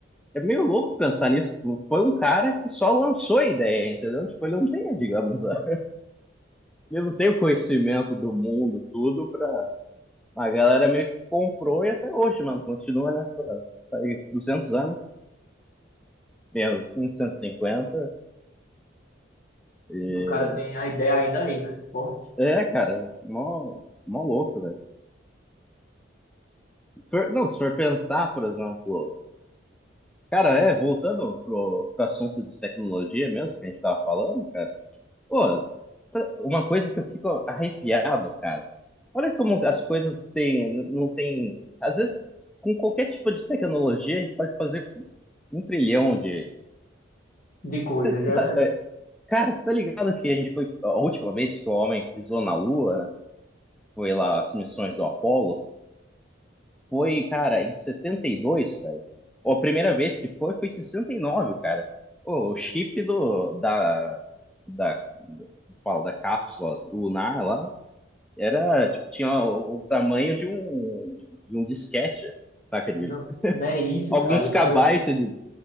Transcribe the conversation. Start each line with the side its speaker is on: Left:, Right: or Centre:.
Centre: é meio louco pensar nisso. Foi um cara que só lançou a ideia, entendeu? Tipo, ele não tem, digamos, a- ele não tem o conhecimento do mundo, tudo, pra. A galera meio que comprou e até hoje, mano, continua nessa. Faz 200 anos, menos 150. E... cinquenta. E...
Left: E o cara tem a ideia ainda aí, né? Forte
Centre: É, cara, mó, mó louco, velho. Se for- não, se for pensar, por exemplo, cara, é, voltando pro, pro assunto de tecnologia mesmo que a gente tava falando, cara, pô, pra- uma coisa que eu fico arrepiado, cara, olha como as coisas têm, n- não tem, às vezes, com qualquer tipo de tecnologia, a gente pode fazer um trilhão de,
Left: de coisa,
Centre: Cê- cê
Left: já,
Centre: tá-
Left: velho.
Centre: é, cara, você tá ligado que a gente foi, a última vez que o homem pisou na Lua, né, foi lá as missões do Apollo, Foi, cara, em 72, cara. Ó, A primeira vez que foi, foi em 69, cara. Ô, o chip do, da, da, fala, da cápsula lunar lá era, tipo, tinha o, o tamanho de um, de um disquete, saca? De
Left: Não, não é isso,
Centre: alguns
Left: cara. Esse
Centre: kbytes,
Left: cara, cons-
Centre: de,